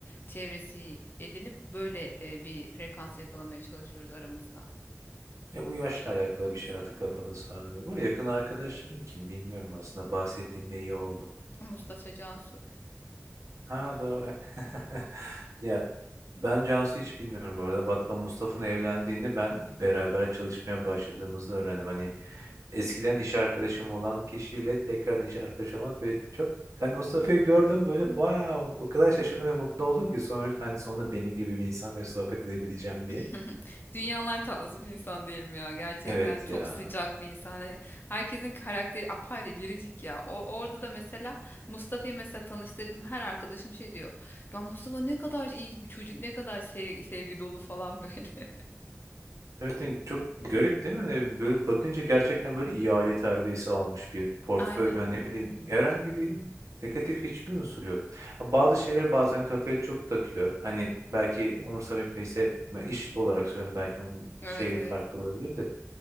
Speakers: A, on the left; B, on the right.
A: çevresi edinip böyle e, bir frekans yakalamaya çalışıyoruz aramızda.
B: Ya bu yaşla alakalı bir şey artık kafada sarmıyor. Bu arada yakın arkadaşların kim bilmiyorum aslında bahsettiğinde iyi oldu.
A: Mustafa Cansu.
B: Ha doğru. <laughs> Ya ben Cansu hiç bilmiyorum bu arada. Battal Mustafa'nın evlendiğini ben beraber çalışmaya başladığımızda öğrendim. Hani eskiden iş arkadaşım olan kişiyle tekrar iş arkadaşı olmak ve çok hani Mustafa'yı gördüm böyle wow o kadar şaşırdım ve mutlu oldum ki sonuçta hani sonunda benim gibi bir insanla sohbet edebileceğim diye.
A: <laughs> Dünyalar tatlısı bir insan değilim ya gerçekten
B: Evet
A: çok
B: ya.
A: sıcak bir insan hani herkesin karakteri apayrı biricik ya o orada da mesela Mustafa'yı mesela tanıştırdım her arkadaşım şey diyor ya Mustafa ne kadar iyi bir çocuk ne kadar sev- sevgi dolu falan böyle
B: Gerçekten çok garip değil mi? Hani böyle bakınca gerçekten böyle iyi aile terbiyesi almış bir portföy.
A: <laughs> aynen
B: Hani ne bileyim herhangi bir negatif hiçbir unsur yok. Ha, Bazı şeyleri bazen kafaya çok takıyor. Hani belki umursamayıp neyse ben iş olarak söylüyorum belki onun
A: evet
B: şeyi
A: evet
B: farklı olabilir de.